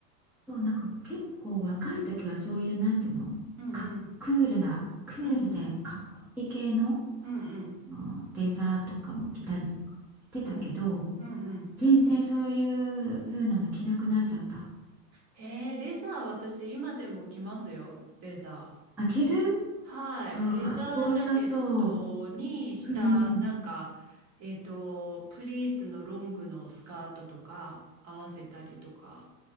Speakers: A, in the centre; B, on the right.
A: そうなんか結構若い時はそういうなんていうの、
B: うんうん。
A: かクールな、クールでかっこいい系の、
B: うん。うんうん。
A: あのレザーとかも着たりとかしてたけど、
B: うん。うんうん。
A: 全然そういう風なの着なくなっちゃった。
B: へえ、レザー私今でも着ますよ。レザ
A: あ、着る
B: ー。はい。
A: あー、
B: レザージャケットにした、
A: かっこよさそう。うんうんうん。
B: なんか、えっと、プリーツのロングのスカートとか合わせたりとか